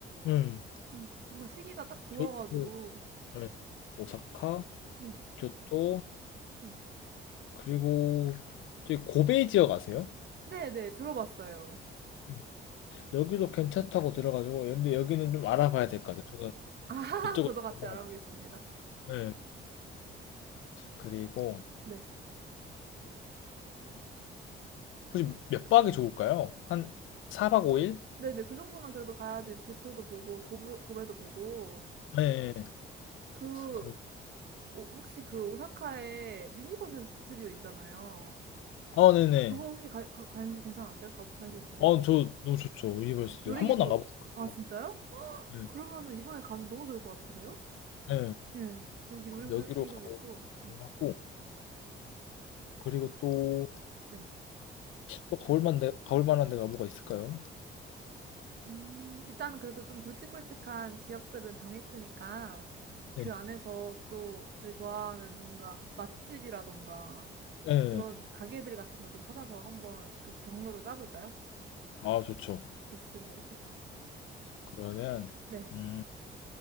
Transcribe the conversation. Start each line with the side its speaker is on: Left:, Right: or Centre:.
Left: 음,
Right: 음, 뭔가 시기가 딱 좋아가지고,
Left: 교토, 네. 오사카,
Right: 네.
Left: 교토,
Right: 네.
Left: 그리고 저기 고베 지역 아세요?
Right: 네네, 들어봤어요.
Left: 음, 여기도 괜찮다고 들어가지고 근데 여기는 좀 알아봐야 될 것 같아요. 저는
Right: 아,
Left: 이쪽으로
Right: 저도 같이
Left: 잘 몰라가지고.
Right: 알아보겠습니다.
Left: 네. 그리고
Right: 네.
Left: 혹시 몇 박이 좋을까요? 한 4박 5일?
Right: 네네, 그 정도는 그래도 가야지 교토도 보고, 고부, 고베도 보고,
Left: 네.
Right: 그,
Left: 그렇고
Right: 오- 혹시 그 오사카에 유니버설 스튜디오 있잖아요.
Left: 아, 네네.
Right: 그거 혹시 가, 가- 관, 괜찮았어요? 가, 관심 있으세요?
Left: 아, 저 너무 좋죠. 유니버스.
Right: 놀이기구,
Left: 한 번도 안 가봤어가지고.
Right: 아, 진짜요?
Left: 네.
Right: 그러면은 이번에 가면 너무 좋을 것 같은데요?
Left: 네.
Right: 예. 거기 놀이기구도
Left: 여기로 가보고
Right: 있고, 네.
Left: 하고 그리고 또,
Right: 네.
Left: 또 가볼 만데, 가볼 만한 데가 뭐가 있을까요?
Right: 음, 일단은 그래도 좀 굵직굵직한 지역들은 정했으니까
Left: 네.
Right: 그 안에서 또 저희 좋아하는 뭔가 맛집이라던가
Left: 네.
Right: 그런 가게들 같은 거 좀 찾아서 한번 그 경로를 짜볼까요?
Left: 아, 좋죠.
Right: 좋습니다.
Left: 그러면
Right: 네,
Left: 음,